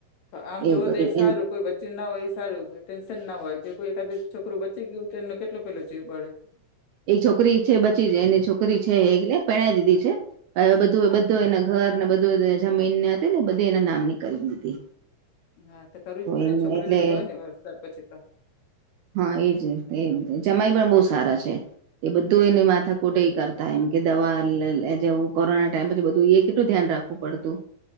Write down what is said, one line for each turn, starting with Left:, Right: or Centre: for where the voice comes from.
Left: આમ
Right: એવું
Left: જોવો તો
Right: કર્યું
Left: એ સારું કોઈ બચ્ચું ના હોય એ સારું ટેન્શન ના હોય જે કોઈ એકાધ છોકરું ી ગયું તો એનો કેટલોેલો જીવ પાડે
Right: એ છોકરી છે બચી જ એને છોકરી છે એટલે પેણ દીધી છે હ બધું
Left: હા
Right: બધું એના ઘર ને બધું જમીનને હતી ને બધી એના નામ નીક દીધી
Left: હા તો કરવું જ પડે
Right: એમનું
Left: ને છોકરી
Right: એટલે
Left: ને જય ને વરસાદ પછી તો
Right: હા
Left: તો
Right: એજ જમાય પણ બહુ સારા છે એ બધું એને માથા કોટે કરતા ટમ કે દવા જેવું કોરોના ટાઈમ પછી બધું એ કેટલું ધ્યાન રાખવું પડતું